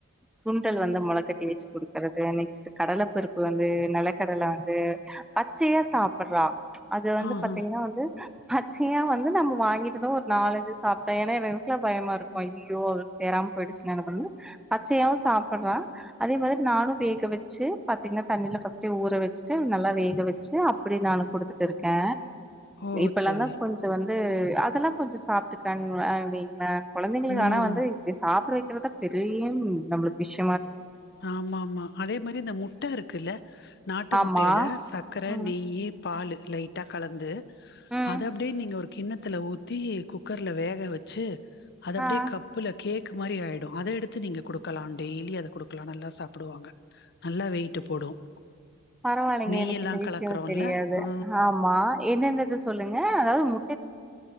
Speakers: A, in the centre; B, on the left (about 50°).
A: சுண்டல் வந்து முளக்கட்டி வச்சு குடுக்கறது நெக்ஸ்ட் கடல பருப்பு வந்து நிலக்கடல வந்து பச்சையா சாப் புறா அது வந்து
B: ஆஹா
A: பாத்தீங்கன்னா வந்து பச்சையா வந்து நம்ம வாங்கிட்டுதா ஒரு நாலஞ்சு சாப்ட்டே ஏன்னா எனக்குல பயமா இருக்கோ ஐயோ சேராம போயிடுச்சு என்ன பண்றது பச்சையாவு சாப்பிட்றா அதே மாதிரி நானு வேக வச்சி பாத்தீங்கன்னா தண்ணியில ஃபர்ஸ்ட் ஊற வச்சிட்டு நல்லா வேக வச்சி அப்டி நானு குடுத்துட்டுருக்கே
B: ஓ
A: இப்பெல்லா
B: செரி
A: தா கொஞ்ச வந்து து அதெல்லா கொஞ்ச சாப் <unintelligible> குழந்தைங்களு
B: ம்
A: ஆனா வந்து இப்டி சாப்பிடு <unintelligible> தெரியும் நம்முளுக்கு விஷ்
B: ஆமா-ஆமா அதே மாரி இந்த முட்டை இருக் குல்ல நாட்டு
A: ஆமா
B: முட்டையில சர்க்கரை
A: ம்
B: நெய் பால் லைட்டா கலந்து
A: ம்
B: அது அப்டே நீங்க ஒரு கிண்ணத்தில ஊத்தி குக்கர்ல வேக வச்சு அது அப்டியே
A: ஆ
B: கப்புல கேக் மாரி ஆயிடும் அத எடுத்து நீங்க கொடுக்கலாம் டெய்லி அத குடு பக்களானல்ல சாப்பிடுவாங்க நல்லா வெய்ட்டு போடும்
A: பரவாயில்லங்க
B: நெய்யெல்லா
A: எனக்கு எந்த விஷயம்
B: கலக்குறோம்ல
A: தெரியாது
B: ஆ
A: ஆமா என்னென்னத சொல்லுங்க ஏ அதாவது மு